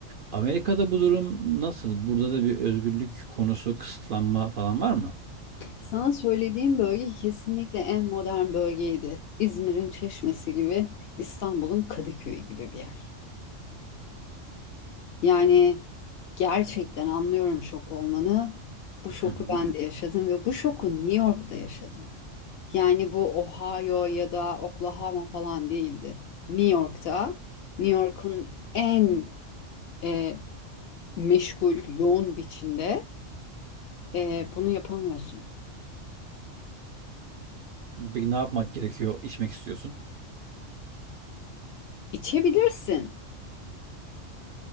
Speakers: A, on the right (about 60°); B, on the left (about 65°).
A: Amerika'da bu durum nasıl? Burada da bir özgürlük konusu, kısıtlanma falan var mı?
B: sana söylediğim bölge kesinlikle en modern bölgeydi. İzmir'in Çeşmesi gibi, İstanbul'un Kadıköy'ü gibi bir yer. Yani gerçekten anlıyorum şok olmanı. Bu şoku
A: Hı hı.
B: ben de yaşadım ve bu şoku New York'ta yaşadım. Yani bu Ohio ya da Oklahoma falan değildi. New York'ta, New York'un en e, meşgul, yoğun biçimde e, bunu yapamıyorsun.
A: Peki ne yapmak gerekiyor? İçmek istiyorsun
B: İçebilirsin.